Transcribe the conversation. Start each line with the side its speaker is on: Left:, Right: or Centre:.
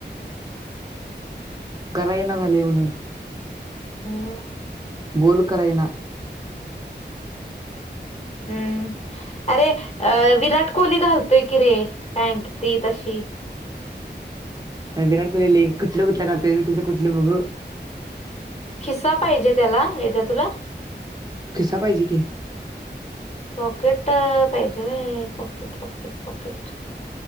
Right: कराय ना झालेय म्हणून
Left: हो
Right: गोोलकरन
Left: हम्म अरे अ विराट कोहली घालतोय की रे पॅन्ट ती तशी
Right: नाही विराट कोहली ल कुठलं कुठलं का कुठलं बघू
Left: खिस्सा पाहिजे त्याला यद्या तुला
Right: खिसा पाहिजे की
Left: पॉकेट पाहिजे होय पॉकेट पॉकेट पॉकेट